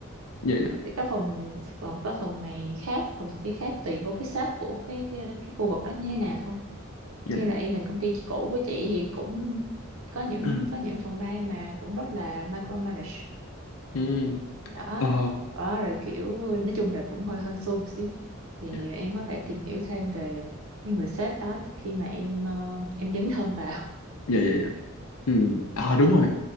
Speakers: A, on the left (about 85°); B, on the right (about 75°).
A: dạ dạ
B: sẽ có phòng phòng có phòng này khác phòng kia khác tùy vô cái sếp của cái cái, cái khu vực đó như thế nào thôi
A: dạ
B: như
A: dạ
B: là even công ty cũ của chị thì cũng có những
A: <clears throat>
B: có những phòng ban mà cũng rất là micromanage
A: ừ.
B: đó
A: ờ,
B: đó rồi kiểu nói chung là cũng hơi hơn xô một xíu thì
A: dạ
B: em có thể tìm hiểu thêm về cái người sếp đó trước khi mà em ờ, em dấn thân vào
A: dạ dạ dạ. ừ. à đúng rồi